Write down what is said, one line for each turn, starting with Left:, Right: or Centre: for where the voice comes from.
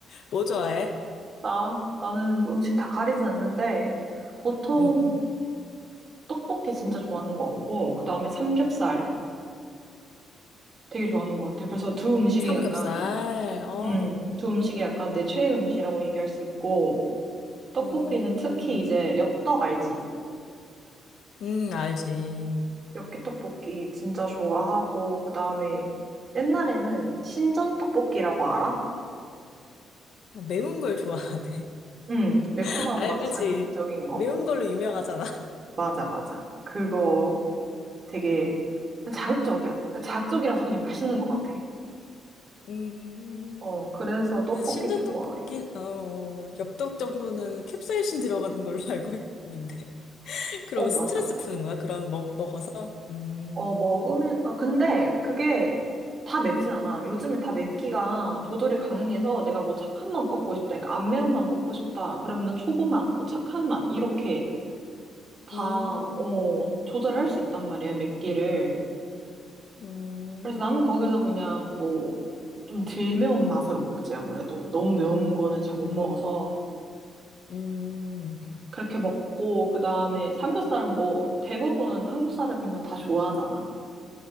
Left: 뭐 좋아해?
Right: 나, 나는 음식 다 가리진 않는데, 보통
Left: 음, 음.
Right: 떡볶이 진짜 좋아하는 것 같고, 그 다음에 삼겹살 되게 좋아하는 것 같아. 그래서 두 음식이
Left: 삼겹살,
Right: 약간,
Left: 어,
Right: 음, 두 음식이 약간 내 최애 음식이라고 얘기할 수 있고, 떡볶이는
Left: 음,
Right: 특히 이제 엽떡 알지?
Left: 음, 알지.
Right: 엽기떡볶이 진짜 좋아하고, 그 다음에 옛날에는 신전떡볶이라고 알아?
Left: 매운 걸 좋아하네.
Right: 음, 매콤하고
Left: <laughs> 알지.
Right: 막 자극적인 거.
Left: 매운 걸로 유명하잖아.
Right: 맞아, 맞아. 그거 되게 자극적이야. 자극적이라서 그냥 맛있는 것 같아.
Left: 음.
Right: 어, 그래서 떡볶이
Left: 그래서 신전
Right: 좋아해.
Left: 떡볶이, 어, 엽떡 정도는 캡사이신 들어가는 걸로 <laughs> 알고 있는데. <laughs> 그러면
Right: 어,
Left: 스트레스
Right: 맞아.
Left: 푸는 거야? 그럼 먹, 먹어서? 음,
Right: 어, 먹으면, 아, 근데 그게 다 맵진 않아. 요즘엔 다 맵기가 조절이 가능해서 내가 뭐 착한 맛 먹고 싶다. 그러니까 안 매운 맛 먹고 싶다. 그러면은 초보 맛, 뭐 착한 맛, 이렇게 다,
Left: 음,
Right: 어, 조절할 수 있단 말이야, 맵기를.
Left: 음,
Right: 그래서 나는 거기서 그냥 뭐, 좀 덜 매운 맛으로 먹지, 아무래도. 너무 매운 거는 잘
Left: 음,
Right: 못 먹어서.
Left: 음.
Right: 그렇게 먹고 그다음에 삼겹살은 뭐 대부분 한국 사람이면 다 좋아하잖아.